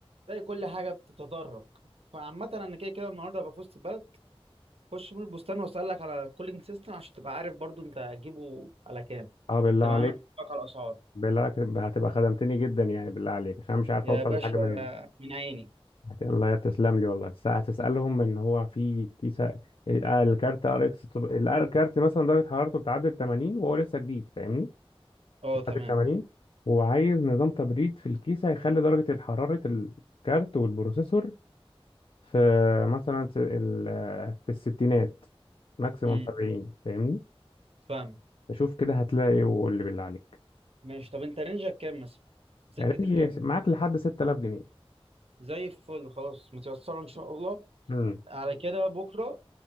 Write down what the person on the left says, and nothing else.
اه بالله
عليك
بالله عليك هتبقى خدمتني جدا يعني بالله عليك عشان مش عارف
اوصل
لحاجة من هنا
هت- الله تسلم لي والله بس هتسألهم ان هو في كيسة ال- الكارت ار اكس الكارت مثلا درجة حرارته بتعدي ال 80 وهو لسه جديد فاهمني
بتعدي
ال 80 وعايز نظام تبريد في الكيسة يخلي درجة حرارة الكارت والبروسيسور في مثلا س- ال- في الستينات ماكسيموم
70 فاهمني
فشوف كده هتلاقي واللي بالله عليك
رينج
معاك لحد 6000 جنيه
امم